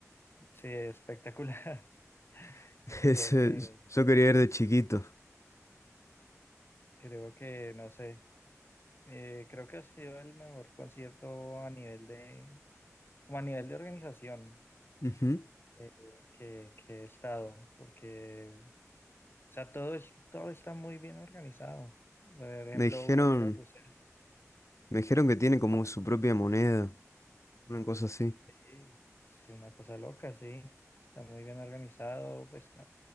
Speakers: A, on the left; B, on the left.
A: sí, espectacular. <laughs>
B: <laughs>
A: Creo
B: Ese,
A: que,
B: yo quería ir de chiquito.
A: creo que, no sé, eh, creo que ha sido el mejor concierto a nivel de, como a nivel de organización.
B: Ujú.
A: eh, que, que he estado, porque, o sea, todo, es- todo está muy bien organizado. Por ejemplo,
B: Me dijeron,
A: uno llega a Bruselas
B: me dijeron que tiene como su propia moneda, una cosa así.
A: y es una cosa loca, sí, está muy bien organizado. Pues na-